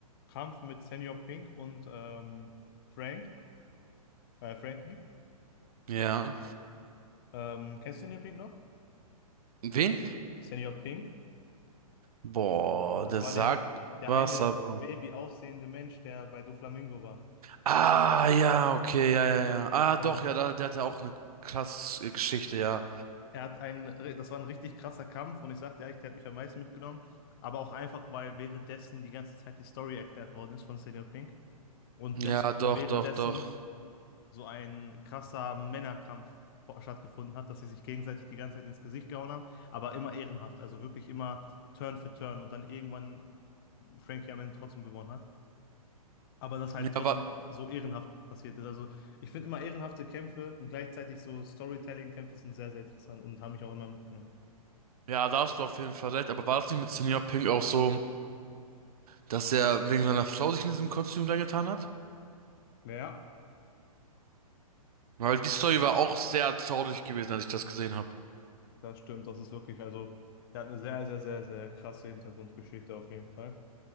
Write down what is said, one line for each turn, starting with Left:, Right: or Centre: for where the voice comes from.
Left: Kampf mit Senior Pink und ähm, Frank, äh, Frankie.
Right: Ja.
Left: Ähm, kennst du Senior Pink noch?
Right: Wen?
Left: Senior Pink,
Right: Boah,
Left: das
Right: der
Left: war
Right: sagt
Left: der, der
Right: was,
Left: eine
Right: aber.
Left: Baby aussehende Mensch, der bei Doflamingo war.
Right: Ah, ja, okay, ja, ja, ja. Ah,
Left: War,
Right: doch, ja, da, der hatte auch eine krasse Geschichte, ja.
Left: er hat einen, das war ein richtig krasser Kampf und ich sagte ehrlich, der hat mich am meisten mitgenommen. Aber auch einfach, weil währenddessen die ganze Zeit die Story erklärt worden ist von Senior Pink. Und,
Right: Ja,
Left: des, und
Right: doch,
Left: währenddessen
Right: doch, doch.
Left: so ein krasser Männerkampf vor- stattgefunden hat, dass sie sich gegenseitig die ganze Zeit ins Gesicht gehauen haben, aber immer ehrenhaft, also wirklich immer Turn für Turn und dann irgendwann Frankie am Ende trotzdem gewonnen hat. Aber das halt
Right: Ja,
Left: trotzdem
Right: war,
Left: so ehrenhaft passiert ist. Also ich finde immer ehrenhafte Kämpfe und gleichzeitig so Storytelling-Kämpfe sind sehr, sehr interessant und haben mich auch immer mitgenommen.
Right: ja, da hast du auf jeden Fall recht, aber war das nicht mit Senior Pink auch so, dass er wegen seiner Frau sich in diesem Kostüm reingetan hat?
Left: Ja,
Right: Weil die Story war auch sehr traurig gewesen, als ich das gesehen habe.
Left: das stimmt. Das ist wirklich, also der hat eine sehr, sehr, sehr, sehr krasse Hintergrundgeschichte auf jeden Fall.